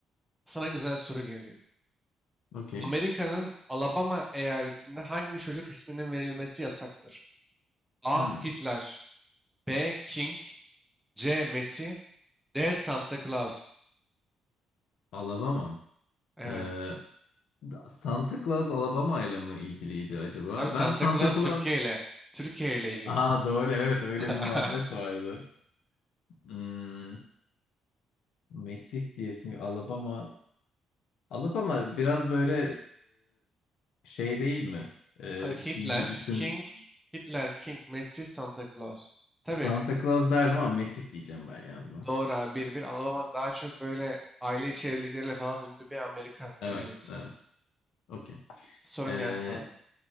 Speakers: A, in the centre; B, on the left (about 85°).
A: Sana güzel soru geliyor.
B: Okey.
A: Amerika'nın Alabama eyaletinde hangi çocuk isminin verilmesi yasaktır? A.
B: Hmm.
A: Hitler B. King C. Messi D. Santa Claus
B: Alabama.
A: Evet.
B: Ee, da- Santa Claus Alabama ile mi ilgiliydi acaba?
A: Abi Santa
B: Ben Santa
A: Claus
B: Claus.
A: Türkiye ile Türkiye ile ilgili.
B: Aa doğru evet öyle
A: <laughs>
B: bir muhabbet vardı. Hmm. Mesih diyesin Alabama. Alabama biraz böyle e, şey değil mi? E,
A: Abi Hitler,
B: dini bütün
A: King, Hitler, King, Messi, Santa Claus. Tabii
B: Santa Claus derdim ama Mesih diyeceğim ben ya buna.
A: Doğru abi bir bir Alabama daha çok böyle aile içi evlilikleriyle falan ünlü bir Amerikan
B: Evet
A: eyaleti.
B: evet. Okey.
A: Sorun
B: Ee,
A: gelsin abi.